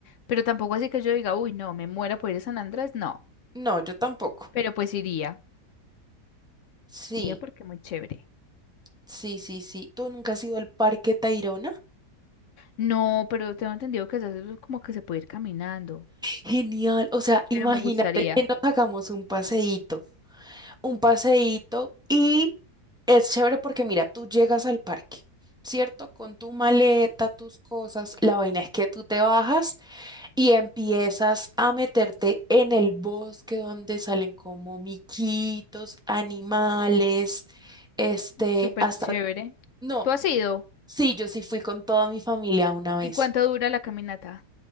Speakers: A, on the left; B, in the centre.
A: pero tampoco así que yo diga, uy, no, me muero por ir a San Andrés, no,
B: No, yo tampoco.
A: pero pues iría,
B: Sí,
A: iría porque muy chévere.
B: sí, sí, sí. ¿Tú nunca has ido al Parque Tayrona?
A: No, pero tengo entendido que se hace como que se puede ir caminando,
B: Genial. O sea,
A: pero
B: imagínate
A: me gustaría,
B: que nos hagamos un paseíto, un paseíto y Es chévere porque mira, tú llegas al parque, ¿cierto? Con tu maleta, tus cosas, la vaina es que tú te bajas y empiezas a meterte en el bosque donde salen como miquitos, animales, este,
A: súper
B: hasta...
A: chévere.
B: No,
A: ¿Tú has ido?
B: sí, yo sí fui con toda mi familia una vez.
A: ¿Y cuánto dura la caminata?